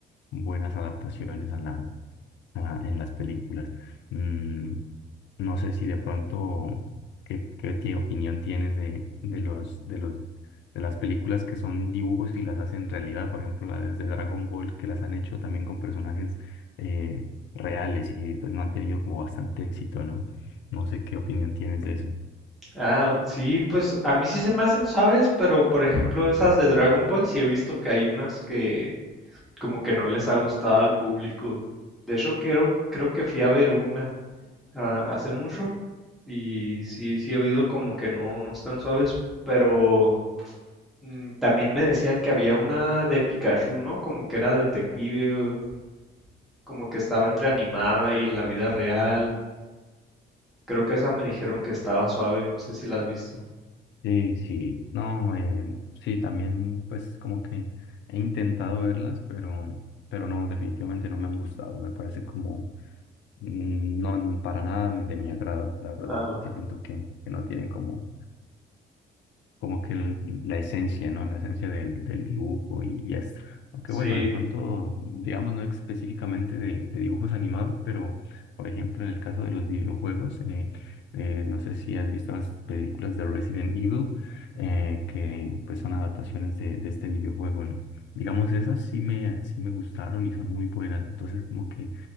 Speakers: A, on the left (about 65°); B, in the centre.
A: buenas adaptaciones ah, en las películas. Mm, no sé si de pronto, ¿qué, qué ti- opinión tienes de, de los, de los, de las películas que son dibujos y las hacen realidad? Por ejemplo, las de Dragon Ball, que las han hecho también con personajes eh, reales y pues no han tenido como bastante éxito, ¿no? No sé qué opinión tienes de eso.
B: Ah, sí, pues a mí sí se me hacen suaves, pero por ejemplo esas de Dragon Ball, sí he visto que hay unas que, como que no les ha gustado al público. De hecho, creo, creo que fui a ver una ah, hace mucho y sí, sí he oído como que no, no están suaves, pero mm, también me decían que había una de Pikachu, ¿no? Como que era detective, o como que estaba entre animada y en la vida real. Creo que esa me dijeron que estaba suave, no sé si la has visto.
A: Sí, sí, no, eh, sí, también pues como que he intentado verlas, pero, pero no, definitivamente no me han gustado, me parece como mm, no n- para nada de mi agrado, la verdad.
B: Ah, ok,
A: Siento que, que no tienen como, como que el- la esencia, ¿no? La esencia del, del dibujo y, y esto. Aunque
B: Sí.
A: bueno, de pronto, digamos, no específicamente de, de dibujos animados, pero por ejemplo, en el caso de los videojuegos, eh, eh, no sé si has visto las películas de Resident Evil, eh, que pues son adaptaciones de, de este videojuego, ¿no? Digamos, esas sí me, sí me gustaron y son muy buenas. Entonces, como que...